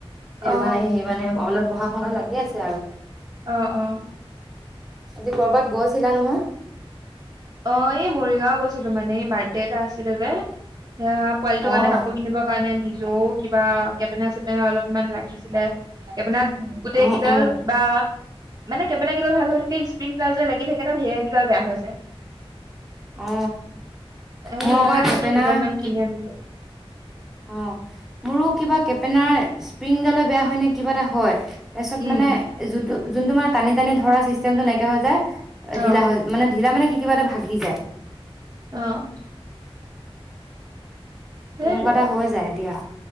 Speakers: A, in the centre; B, on the right.
A: সেইটো
B: অ
A: কাৰণে সি মানে অলপ। পঢ়া শুনা লাগি আছে আৰু।
B: অহ অ।
A: আজি কৰবাত গৈছিলা নহয়।
B: অ এই মৰিগাঁও গৈছিলো মানে এই বাৰ্থডে এটা আছিলে যে। এয়া পোৱালিটোৰ
A: অ'।
B: কাৰণে কাপোৰ কিনিবৰ কাৰণে নিছো । যৌ কিবা কেপেনা চেপেনা অলপমান লাগিছিলে কেপেনা গোটেই
A: অ',
B: কেইডাল
A: অ',
B: কিবা। মানে কেপেনা কিডাল ভাল হৈ থাকে স্প্ৰিংডাল যে লাগি থাকে তাত সেয়া কিতাওঁ বেয়া হৈছে।
A: অ
B: এ
A: মোৰ
B: সেয়াই
A: আকৌ কেপেনা
B: বোলো দুডাল মান
A: কি
B: কিনি আনিলো
A: অহ মোৰো কিবা কেপেনাৰ স্প্ৰিংডালে বেয়া হয় নে কিবা এটা হয়। তাৰপিছত
B: উম
A: মানে যোনটো যোনটো মানে টানি টানি ধৰা ছিষ্টেমটো নাইকিয়া হৈ যায়। ঢিলা
B: অ
A: হৈ মানে ঢিলা মানে। কিবা এটা ভাগি যায়।
B: অহ সেইটোৱে
A: তেনেকোৱা এটা হৈ যায় দিয়া।